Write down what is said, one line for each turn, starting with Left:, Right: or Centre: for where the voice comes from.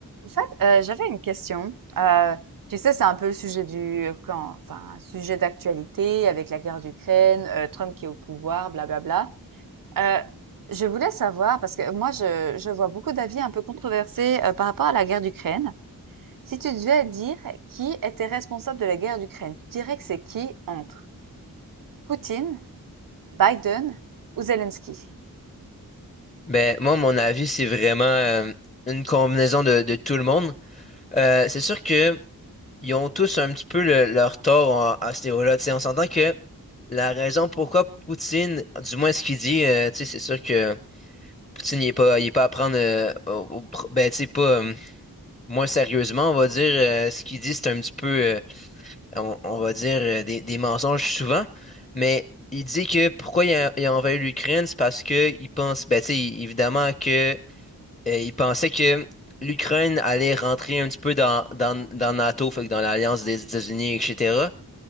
Right: En fait, euh, j'avais une question. Euh, tu sais, c'est un peu le sujet du, euh, quand, enfin, un sujet d'actualité avec la guerre d'Ukraine, euh, Trump qui est au pouvoir, blablabla. Euh, je voulais savoir, parce que moi, je, je vois beaucoup d'avis un peu controversés euh, par rapport à la guerre d'Ukraine. Si tu devais dire qui était responsable de la guerre d'Ukraine, tu dirais que c'est qui entre Poutine, Biden ou Zelensky?
Left: Ben, moi, mon avis, c'est vraiment euh, une combinaison de, de tout le monde. Euh, c'est sûr que ils ont tous un petit peu le- leur tort en- à ce niveau-là. Tu sais, on s'entend que la raison pourquoi Poutine, du moins ce qu'il dit, euh, tu sais, c'est sûr que Poutine, il est pas, il est pas à prendre, euh, au- au pr- ben, tu sais, pas euh, moins sérieusement, on va dire. euh, ce qu'il dit, c'est un petit peu, euh, on, on va dire, euh, des, des mensonges souvent. Mais il dit que pourquoi il a, il a envahi l'Ukraine, c'est parce que il pense, ben, tu sais, évidemment que euh, il pensait que l'Ukraine allait rentrer un petit peu dans, dans, dans NATO, fait que dans l'alliance des États-Unis, etc.